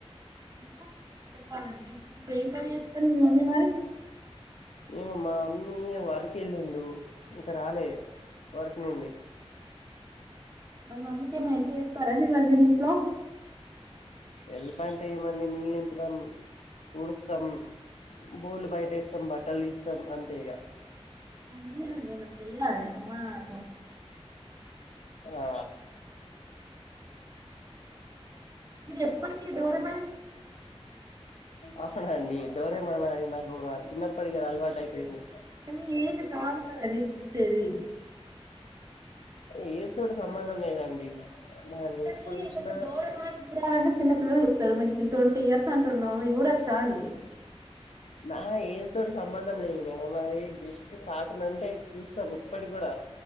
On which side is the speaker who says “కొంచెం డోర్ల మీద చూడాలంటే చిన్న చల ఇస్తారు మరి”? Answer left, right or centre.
Right